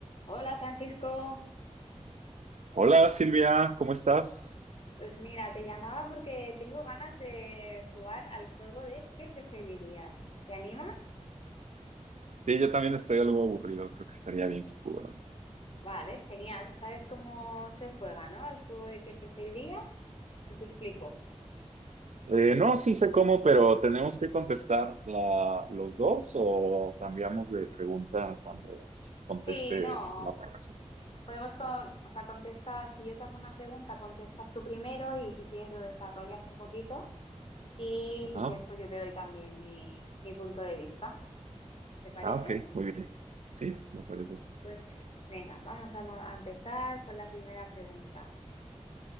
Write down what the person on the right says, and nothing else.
Hola Silvia, ¿cómo estás?
Sí, yo también estoy algo aburrido, creo que estaría bien que jugaran.
Eh, no, sí sé cómo, pero ¿tenemos que contestar la- los dos o cambiamos de pregunta cuando conteste
la otra persona?
Ajá.
Ah, ok, muy bien. Sí, me parece.